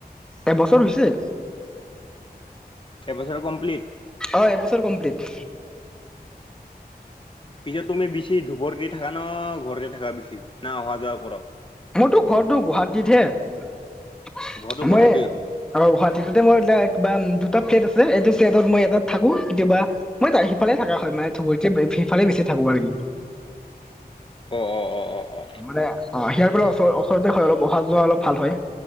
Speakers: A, in the centre; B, on the left (about 30°).
A: এবছৰ হৈছে।
B: এবছৰ কমপ্লিট।
A: অ এবছৰ কমপ্লিট।
B: পিছত তুমি বেছি ধোবৰক থাকা ন ঘৰতে থাকা বেছি না অহা যোৱা কৰ।
A: মোৰতো ঘৰটো গুৱাহাটীতহে।
B: ঘৰতো
A: মই
B: গুৱাহাটীত
A: আৰু গুৱাহাটী ততে মোৰ এিব দুটা ফ্লেট আছে। এই ফ্লেটত মই এটাত থাকো কেতিয়াবা মই স ইফালে থাকা হয় মানে ধুবুৰী সিফালে বেছি থাকো আৰু।
B: অ অ অ অ অ
A: আম অ সিয়াৰ ফালে ওচ ওচৰতে হয় অলপ অহা যোৱা অলপ ভাল হয়।